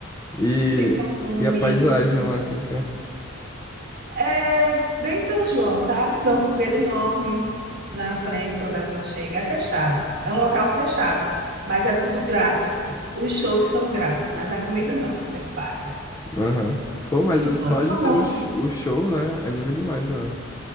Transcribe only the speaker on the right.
Tem pamonha,
tem
É bem São João, sabe? Tem uma fogueira enorme na frente quando a gente chega. É fechado. É um local fechado, mas é tudo grátis. Os shows são grátis, mas a comida não, a gente paga.
Muito
bom, é
famoso.